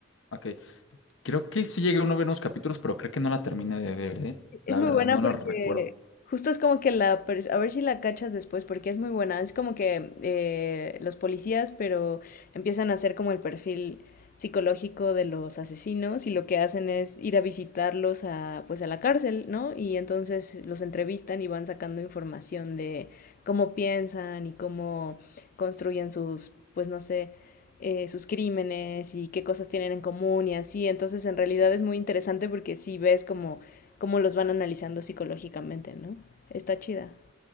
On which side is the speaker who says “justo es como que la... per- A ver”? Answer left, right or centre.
Left